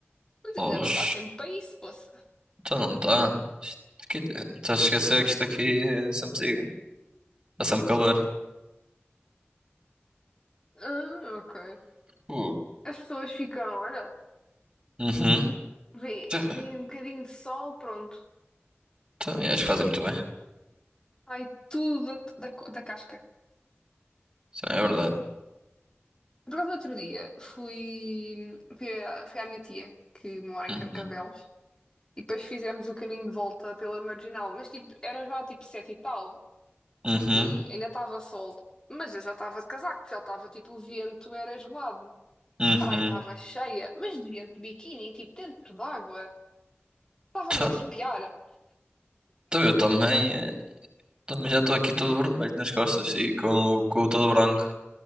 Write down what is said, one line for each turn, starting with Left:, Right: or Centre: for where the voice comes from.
Left: Mas
Right: Pá,
Left: ainda
Right: os-
Left: não está tempo para isso, poça.
Right: Então não está. Estás a esquecer que isto aqui é sempre siga. Está sempre calor.
Left: Ah, ok.
Right: Uh.
Left: As pessoas ficam, olha,
Right: Uhum.
Left: vem,
Right: Tá-
Left: vem um bocadinho de sol, pronto,
Right: Então, e acho que fazem muito bem.
Left: sai tudo da, da, co- da casca.
Right: Isso é verdade.
Left: Por causa do outro dia, fui, fui, à, fui à minha tia, que mora
Right: Uhum.
Left: em Carcavelos, e depois fizemos o caminho de volta pela Marginal, mas tipo, era já tipo sete e tal,
Right: Uhum.
Left: e ainda estava sol, mas eu já estava de casaco, já estava tipo, o vento era gelado.
Right: Uhum.
Left: A praia estava cheia, mas de gente de biquíni, tipo, dentro d'água, estava-me
Right: Tá-
Left: a arrepiar.
Right: tá, eu também, eh, também já estou aqui todo vermelho nas costas e com, o- com o todo branco.